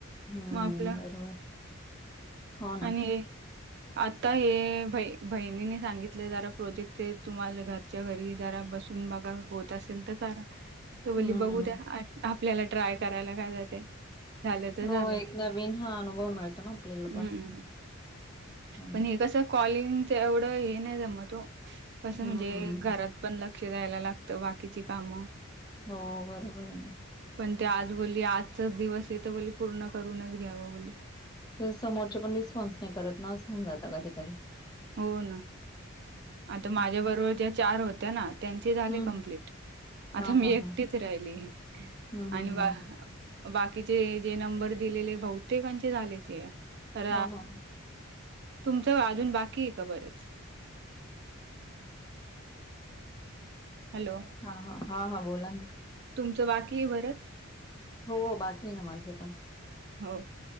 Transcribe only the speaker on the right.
मग आपलं
आणि हे आता हे भय् भईणीने सांगितलं, जरा प्रोजेक्ट ते तुम्हालं घरच्या घरी जरा बसून हं बघा, होत असेन त करा. त बोलली
बघू द्या. <unintelligible> आपल्याला ट्राय करायला काय जाते. झालं तर
झालं.
हम्म
पण हे कसं कॉलिंगच, एवढं हे नाही जमत ओ. कसं
म्हणजे घरात पन ल क्ष द्यायला लागत, बाकीची काम
पण ते आज बोलली आजचाच दिवसये, त बोलली पूर्ण करूनच घ्यावं बोलली.
हो न. आता
माझ्या बरोबर ज्या चार होत्या ना, त्यांचे झाले
कम्प्लीट. आता
मी
एकटीच
राहिली आहे
आणि
बा बाकीचे जे नंबर दिलेले, बहुतेकांचे झाले ते. तर
तुमचं अजुन बाकीये का बरचं? हॅलो
तुमचं बाकीये बरंच?
हो.